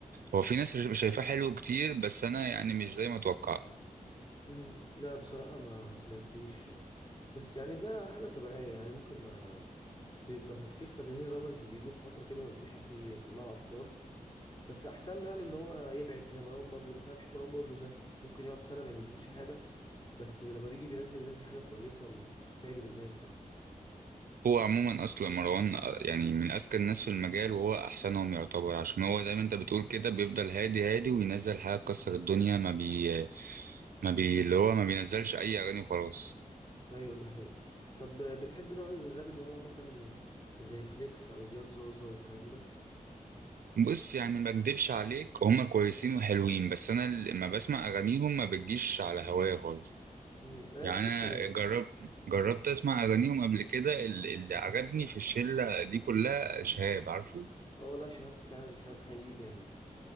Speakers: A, on the right; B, on the left.
A: هو في ناس شايفاه حلو كتير بس انا يعني مش زي ما اتوقع
B: مم، لا بصراحة ما سمعتوش بس يعني ده حاجة طبيعية يعني ممكن ما بيبقى كتير فنانين رابرز بيجوا في فترة كده ما بيبقوش عارفين ايه، يطلعوا أفكار بس أحسن له يعني إن هو يبعد زي مروان بابلو مثلا أنا بشوف مروان بابلو ذكي ممكن يقعد سنة ما ينزلش حاجة بس لما بيجي بينزل بينزل حاجة كويسة و- وتعجب الناس يعني
A: هو عموما اصلا مروان آه، يعني من اذكى الناس في المجال وهو احسنهم يعتبر عشان هو زي ما انت بتقول كده بيفضل هادي هادي وينزل حاجه تكسر الدنيا ما بي ما بي اللي هو ما بينزلش اي اغاني وخلاص
B: أيوة دي حقيقة طب بتحب نوع الراب اللي هو مثلا زي فليكس أو زياد زوزة والكلام ده؟
A: بص يعني ما اكدبش عليك هما كويسين وحلوين بس انا لما بسمع اغانيهم ما بتجيش على هوايا خالص
B: مم، أنا
A: يعني
B: نفس
A: انا
B: الكلام
A: جربت جربت اسمع اغانيهم قبل كده ال- اللي عجبني في الشله دي كلها شهاب عارفه
B: اه لا شهاب فعلا شهاب حقيقي جامد